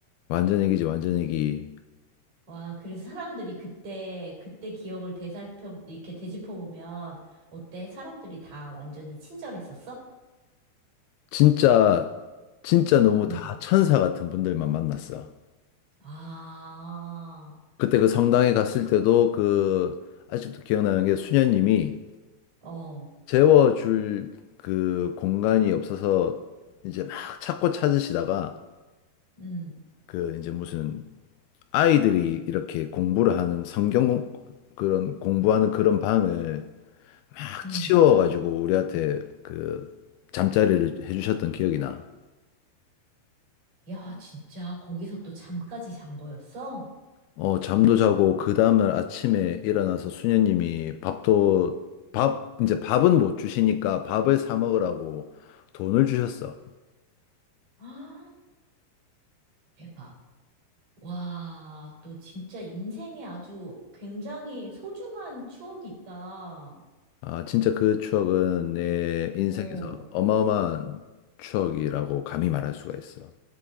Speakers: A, on the left (about 85°); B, on the right (about 55°).
A: 완전 애기지. 완전 애기.
B: 와, 그래서 사람들이 그때, 그때 기억을 되살펴, 이렇게 되짚어보면, 어때? 사람들이 다 완전히 친절했었어?
A: 진짜 진짜 너무
B: 응.
A: 다 천사 같은 분들만 만났어.
B: 아,
A: 그때 그 성당에 갔을 때도 그 아직도 기억나는 게 수녀님이
B: 어.
A: 재워줄 그 공간이 없어서 이제 막 찾고 찾으시다가
B: 음.
A: 그 이제 무슨 아이들이 이렇게 공부를 하는 성경 공- 그런 공부하는 그런 방을 막
B: 응.
A: 치워가지고 우리한테 그 잠자리를 해주셨던 기억이 나.
B: 야, 진짜 거기서 또 잠까지 잔 거였어?
A: 어, 잠도 자고 그 다음날 아침에 일어나서 수녀님이 밥도 밥 이제 밥은 못 주시니까 밥을 사 먹으라고 돈을 주셨어.
B: 아, 대박. 와, 너 진짜 인생에 아주 굉장히 소중한 추억이 있다.
A: 아, 진짜 그 추억은 내 인생에서
B: 어,
A: 어마어마한 추억이라고 감히 말할 수가 있어.